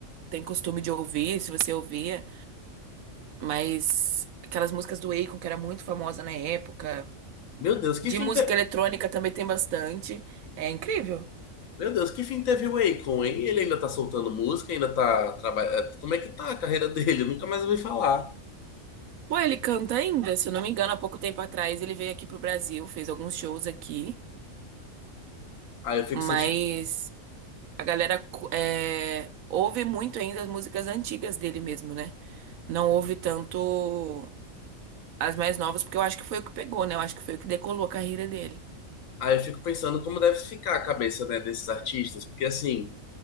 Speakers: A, on the right (about 90°); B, on the left (about 80°).
A: tem costume de ouvir, se você ouvia. Mas aquelas músicas do Akon, que era muito famosa na época.
B: Meu Deus, que
A: De
B: fim
A: música
B: te...
A: eletrônica também tem bastante. É incrível.
B: Meu Deus, que fim teve o Akon, hein? Ele ainda tá soltando música, ainda tá trabalhando. Como é que tá a carreira <laughs> dele? Eu nunca mais ouvi falar.
A: Pô, ele canta ainda, se eu não me engano, há pouco tempo atrás ele veio aqui pro Brasil, fez alguns shows aqui,
B: Aí eu fico
A: mas
B: sentindo.
A: a galera cu- é, ouve muito ainda as músicas antigas dele mesmo, né? Não ouve tanto as mais novas, porque eu acho que foi o que pegou, né? Eu acho que foi o que decolou a carreira dele.
B: Aí eu fico pensando como deve ficar a cabeça, né, desses artistas, porque assim,